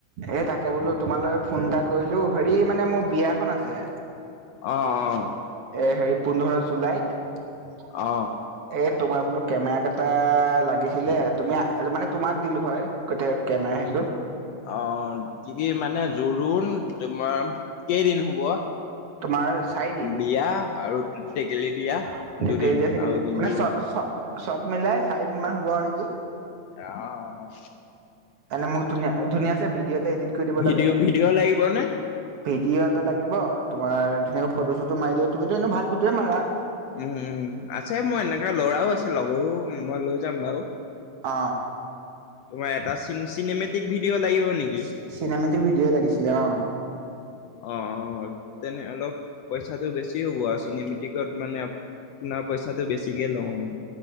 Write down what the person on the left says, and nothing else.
অ-অ
অ
অ, কি-কি মানে জোৰোণ তোমাৰ কেইদিন হব?
বিয়া আৰু টেকেলি
দিয়া
দুদিন আৰু এদিন জোৰোণ
আহ,
ভিডিঅ'
ভিডিঅ' লাগিবনে
উম-উম আছে মই এনেকা লৰাও আছে লগৰো মই লৈ যাম বাৰু
তোমাৰ এটা চিন চিনেমেটিক ভিডিঅ' লাগিব। নেকি
অ-অ তেনে অলপ পইচাটো বেছি হ'ব আৰু চিনেমেটিকত মানে আ পোনাৰ পইচাটো বেছি কে লম